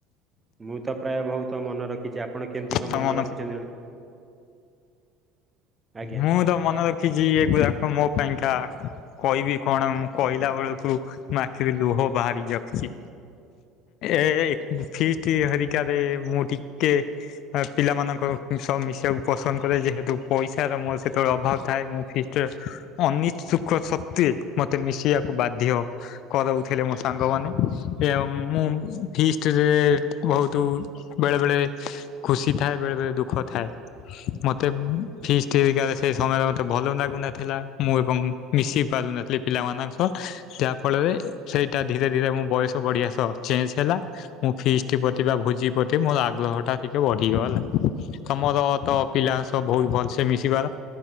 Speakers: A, on the right; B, on the left.
A: ମୁଁ ତ ପ୍ରାୟ ବହୁତ ତ ମନେ ରଖିଛି ଆପଣ କେମିତି କଣ
B: ତ
A: ମନେ
B: ମନ
A: ରଖିଛନ୍ତି ନା? ଆଜ୍ଞା।
B: ମୁଁ ତ ମନେ ରଖିଛି କୁ ଦେଖ ମୋ ପାଇଁକା କହିବି କଣ ମୁଁ କହିଲା ବେଳକୁ ଆଖିରୁ ଲୁହ ବାହାରି ଯାଉଛି। ଏ ଫିଷ୍ଟି ହରିକାରେ ମୁଁ ଟିକେ ପିଲାମାନଙ୍କ ସବୁ ମିଶିବାକୁ ପସନ୍ଦ କରେ ଯେହେତୁ ପଇସାର ର ମୋର ସେତେବେଳେ ଅଭାବ ଥାଏ ମୁଁ ଫଷ୍ଟି ଅନିଛୁକ ସତ୍ୱେ ମତେ ମିଶିବାକୁ ବାଧ୍ୟ କରାଉଥିଲେ ମୋ ସାଙ୍ଗମାନେ ଏବଂ ମୁଁ ଫଷ୍ଟି ରେ ବହୁତ ବେଳେବେଳେ ଖୁସି ଥାଏ ବେଳେବେଳେ ଦୁଃଖ ଥାଏ ।ମୋତେ ଫିଷ୍ଟି ସେ ସମୟରେ ମତେ ଭଲ ଲାଗୁନଥିଲା ମୁଁ ଏବଂ ମିଶି ପାରୁନଥିଲି ପିଲାମାନଙ୍କ ସହ। ଯାହା ଫଳରେ ସେଇଟା ଧୀରେ ଧୀରେ ମୋ ବୟସ ବଢିଆ ସହ ଚେଞ୍ଜ ହେଲା ମୁଁ ଫିଷ୍ଟି ପ ଭୋଜି ପ୍ରତି ମୋର ଆଗ୍ରହ ଟା ଟିକେ ବଢିଗଲା ତମର ତ ପିଲାଙ୍କ ସହ ବହୁତ ଭଲ। ସେ ମିଶିବାର